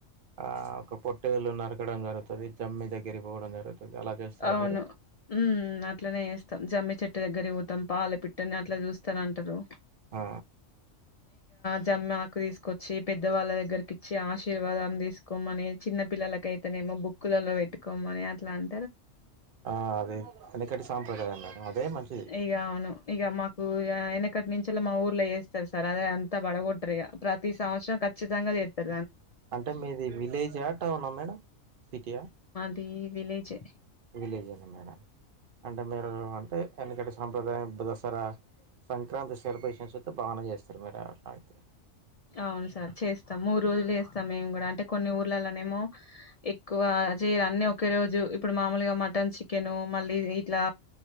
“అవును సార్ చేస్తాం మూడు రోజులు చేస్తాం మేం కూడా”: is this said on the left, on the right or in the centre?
Left